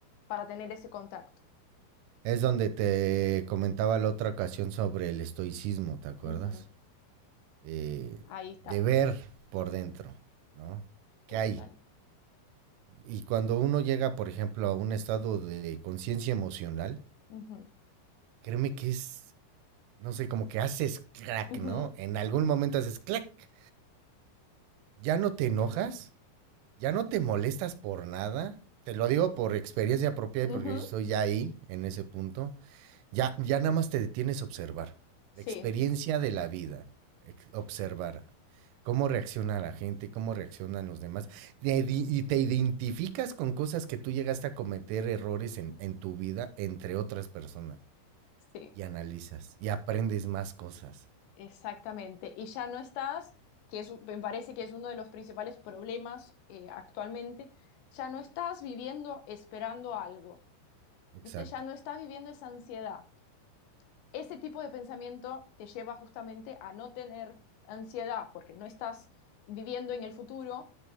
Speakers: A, on the left (about 75°); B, on the right (about 85°).
A: para tener ese contacto.
B: Es donde te comentaba la otra ocasión sobre el estoicismo, ¿te acuerdas?
A: Ujú.
B: Eh,
A: Ahí está,
B: de ver por dentro, ¿no? ¿Qué
A: total.
B: hay? Y cuando uno llega, por ejemplo, a un estado de conciencia emocional,
A: Ujú.
B: créeme que es, no sé, como que haces crack,
A: Ujú.
B: ¿no? En algún momento haces crack. Ya no te enojas,
A: Sí,
B: ya no te molestas por nada. Te lo digo por experiencia propia y
A: Ujú.
B: porque yo estoy ya ahí, en ese punto. Ya, ya nada más te detienes a observar. La
A: Sí,
B: experiencia de la vida, ex- observar cómo reacciona la gente, cómo reaccionan los demás. de- di- Y te identificas con cosas que tú llegaste a cometer errores en, en tu vida entre otras personas.
A: sí.
B: Y analizas y aprendes
A: Eh,
B: más cosas.
A: Exactamente, y ya no estás, que es, me parece que es uno de los principales problemas eh, actualmente, ya no estás viviendo esperando algo,
B: Exacto.
A: ¿viste? Ya no estás viviendo esa ansiedad ese tipo de pensamiento te lleva justamente a no tener ansiedad porque no estás viviendo en el futuro